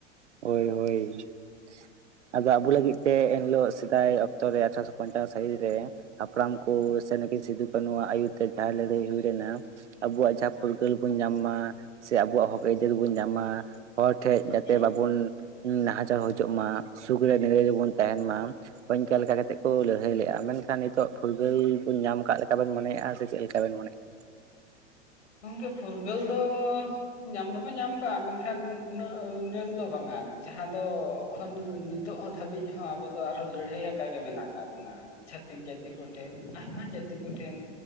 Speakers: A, on the right; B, on the left.
A: ᱦᱳᱭ ᱦᱳᱭ ᱾ ᱟᱫᱚ ᱟᱵᱚ ᱞᱟᱹᱜᱤᱫ ᱛᱮ ᱮᱱᱦᱤᱞᱳᱜ ᱥᱮᱫᱟᱭ ᱚᱠᱛᱚ ᱨᱮ ᱟᱴᱷᱨᱚᱥᱚ ᱯᱚᱧᱪᱟᱱᱱᱚ ᱥᱟᱹᱦᱤᱛ ᱨᱮ ᱦᱟᱯᱲᱟᱢ ᱠᱚ ᱥᱮ ᱱᱩᱠᱤᱱ ᱥᱤᱫᱩᱼᱠᱟᱱᱩᱣᱟᱜ ᱟᱹᱭᱩᱨ ᱛᱮ ᱡᱟᱦᱟᱸ ᱞᱟᱹᱲᱦᱟᱹᱭ ᱦᱩᱭ ᱞᱮᱱᱟ ᱾ ᱟᱵᱚᱣᱟᱜ ᱡᱟᱦᱟᱸ ᱯᱷᱩᱨᱜᱟᱹᱞ ᱵᱚᱱ ᱧᱟᱢᱟ, ᱥᱮ ᱟᱵᱚᱣᱟᱜ ᱦᱚᱠ ᱟᱹᱭᱫᱟᱹᱨ ᱵᱚᱱ ᱧᱟᱢ ᱢᱟ ᱾ ᱦᱚᱲ ᱴᱷᱮᱡ ᱡᱟᱛᱮ
B: ᱦᱮᱸ
A: ᱵᱟᱵᱚᱱ ᱱᱟᱦᱟᱪᱟᱨ ᱦᱚᱪᱚᱜ ᱢᱟ, ᱥᱩᱠ ᱨᱮ ᱱᱤᱨᱟᱹᱭ ᱜᱮᱵᱚᱱ ᱛᱟᱦᱮᱱ ᱢᱟ ᱾ ᱦᱚᱧᱼᱠᱟ ᱞᱮᱠᱟ ᱠᱟᱛᱮ ᱠᱚ ᱞᱟᱹᱲᱦᱟᱹᱭ ᱞᱮᱜᱼᱟ ᱾ ᱢᱮᱱᱠᱷᱟᱱ ᱱᱤᱛᱚᱜ, ᱯᱷᱩᱨᱜᱟᱹᱞ ᱵᱚᱱ ᱧᱟᱢ ᱟᱠᱟᱫ ᱞᱮᱠᱟᱵᱮᱱ ᱢᱚᱱᱮᱜᱼᱟ ᱥᱮ ᱪᱮᱫ ᱞᱮᱠᱟᱵᱮᱱ ᱢᱮᱱᱮᱭᱮᱜᱼᱟ?
B: ᱜᱚᱝᱠᱮ ᱯᱷᱩᱨᱜᱟᱹᱞ ᱫᱚ ᱧᱟᱢ ᱫᱚᱵᱚ ᱧᱟᱢ ᱠᱟᱜᱼᱟ᱾ ᱢᱮᱱᱠᱷᱟᱱ ᱩᱱᱟᱹᱜ ᱩᱱᱟᱹᱝ ᱫᱚ ᱵᱟᱝᱟ ᱡᱟᱦᱟᱸ ᱫᱚ ᱮᱠᱷᱚᱱᱳ ᱱᱤᱛ ᱛᱚᱜ ᱦᱚᱸ ᱫᱷᱟᱹᱵᱤᱡ ᱦᱚᱸ ᱟᱵᱚ ᱫᱚ ᱟᱨᱦᱚᱸ ᱞᱟᱹᱲᱦᱟᱹᱭ ᱟᱠᱟᱜ ᱜᱮ ᱢᱮᱱᱟᱜ ᱟᱠᱟᱫ ᱵᱚᱱᱟ ᱾ ᱪᱷᱟᱛᱤᱠ ᱡᱟᱹᱛᱤ ᱠᱚᱴᱷᱮᱱ, ᱟᱭᱢᱟ ᱡᱟᱹᱛᱤ ᱠᱚᱴᱷᱮᱱ,